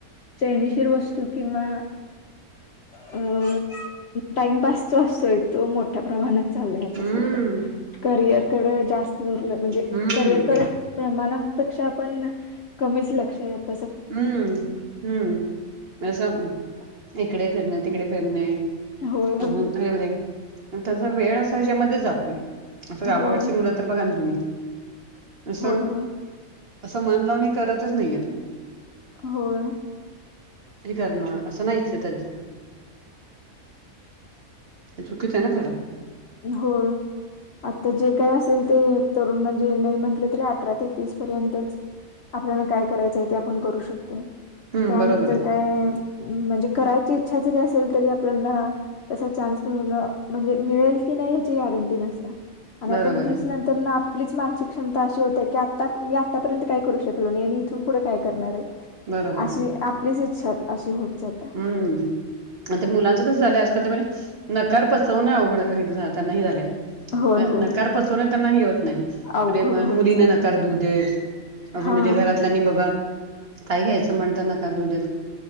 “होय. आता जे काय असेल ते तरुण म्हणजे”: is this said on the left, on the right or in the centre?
Left